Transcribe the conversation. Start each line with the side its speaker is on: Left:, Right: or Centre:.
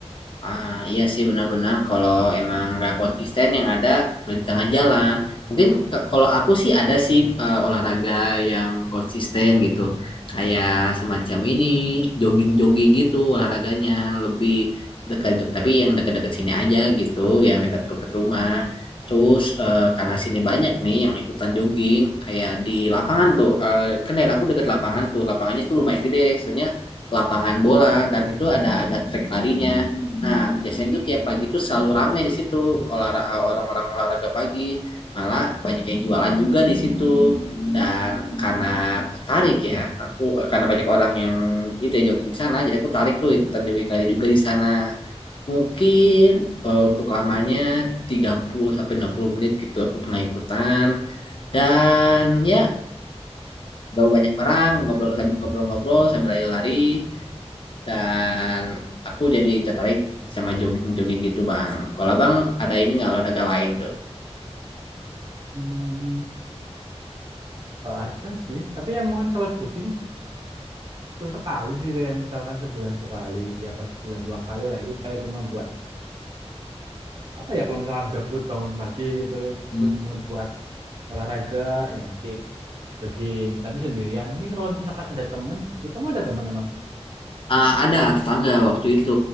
Left: Ah, iya sih benar-benar kalau emang nggak konsisten yang ada berhenti tengah jalan. Mungkin ke- kalau aku sih ada sih eh, olahraga yang konsisten gitu. Kayak semacam ini, jogging-jogging gitu olahraganya lebih dekat tapi yang dekat-dekat sini aja gitu, yang dekat dekat rumah. Terus eh, karena sini banyak nih yang ikutan jogging kayak di lapangan tuh. Eh, kan daerah aku dekat lapangan tuh. Lapangannya tuh lumayan gede, soalnya lapangan bola dan itu ada ada trek larinya. Nah, biasanya itu tiap pagi tuh selalu rame di situ olahraga orang-orang olahraga pagi. Malah banyak yang jualan juga di situ. Dan karena tertarik ya, aku eh, karena banyak orang yang itu ya jogging di sana, jadi aku tarik tuh ikutan jogging lari juga di sana. Mungkin eh, untuk lamanya 30 sampai 60 menit gitu aku pernah ikutan. Dan ya, udah banyak orang ngobrol sambil ngobrol-ngobrol sambil lari-lari dan aku jadi tertarik sama jogging-jogging gitu bang. Kalau abang ada ini nggak olahraga lain tuh?
Right: Hmm, gak ada sih. Tapi ya mungkin kalau jogging itu sekali sih kayak misalkan sebulan sekali, ya apa sebulan dua kali lah itu kayak cuma buat apa ya kalau misalkan gabut bangun pagi gitu,
Left: Hmm.
Right: terus mood buat olahraga ya mesti jogging tapi sendirian mungkin kalau misalkan ada temen sih kamu ada temen emang
Left: Ah, ada tetangga waktu itu